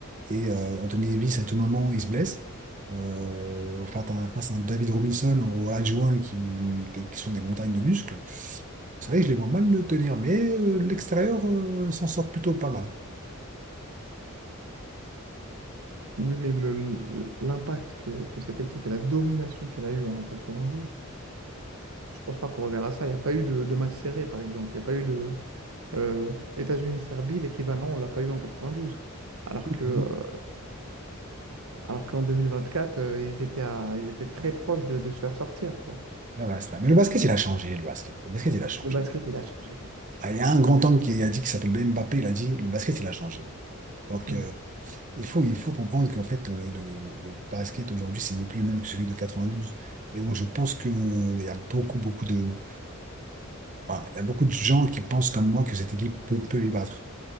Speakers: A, on the right; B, on the right.
A: et euh, Anthony Davis, à tout moment, il se blesse. Euh, enfin, t'as- face à un David Robinson ou Olajuwon qui, qui sont des montagnes de muscles. C'est vrai que je les vois mal le tenir, mais euh, l'extérieur euh, s'en sort plutôt pas mal.
B: Oui, mais le- l'impact que, que cette équipe et la domination qu'elle a eue en 92, je pense pas qu'on reverra ça. Il n'y a pas eu de, de match serré, par exemple. Il n'y a pas eu de, Euh, États-Unis-Serbie, l'équivalent, on l'a pas eu en quatre-vingt-douze, Alors que, euh,
A: Donc,
B: alors qu'en 2024, euh, ils étaient à- ils étaient très proches de, de se faire sortir, quoi.
A: là, voilà, c'est vrai. Mais le basket, il a changé, le basket. Le basket, il a changé.
B: Le basket, il a changé. Le basket,
A: Ah,
B: il
A: il y
B: a
A: a
B: changé.
A: un grand homme qui a dit, qui s'appelle Mbappé, il a dit, le basket, il a changé. Donc,
B: Hmm.
A: euh, il faut, il faut comprendre qu'en fait, euh, le, le- le basket aujourd'hui, c'est plus le même que celui de 92. Et donc, je pense que, euh, il y a beaucoup, beaucoup de, enfin, il y a beaucoup de gens qui pensent comme moi que cette équipe peut, peut les battre.